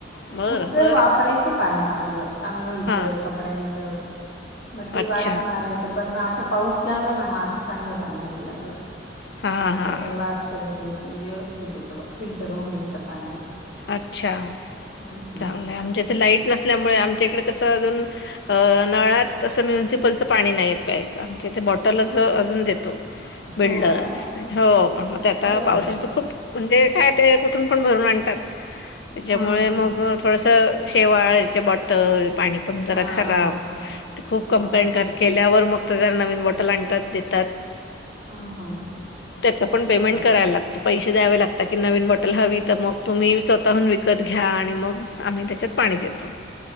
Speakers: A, on the left; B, on the left.
A: बरं
B: फक्त
A: बरं
B: वापरायचं पाणी आपलं आंघोळीचं,
A: हां
B: कपड्यांचं मग ते
A: अच्छा
B: वास मारायचं पण मग आता पाऊस झाला ना मग आता चांगलं पाणी यायला लागलं.
A: हां
B: आता
A: हां
B: काही वास वगैरे येत नाही व्यवस्थित येत फिल्टर होऊन येतं पाणी असं.
A: अच्छा
B: हम्म हम्म
A: चांगलं आहे आमच्या लाईट नसल्यामुळे आमच्याकडे कस अजून नळात चं पाणी नाहीेत प्यायचं आमच्या तेे बॉटलच अजून देतो. फिल्टरच
B: हो का
A: हो पण मग आता
B: अरे बापरे
A: पावसाळ्याच खूप म्हणजे काय ते कुठून पण भरून आणतात. त्याच्यामुळे
B: हां हां.
A: मग थोडस शेवाळचे बॉटल पाणी पण जरा
B: हां
A: खराब
B: हां
A: खूप
B: हां.
A: कंप्लेंट केल्यावर मग त्या जर नवीन बॉटल आणतात देतात.
B: हां हां
A: त्याच पण पेमेंट
B: अरे बापरे.
A: करायला लागत. पैसे द्यावे लागतात की नवीन बॉटल हवी तर मग तुम्ही स्वतःहून विकत घ्या आणि मग आम्ही त्याच्यात पाणी देतो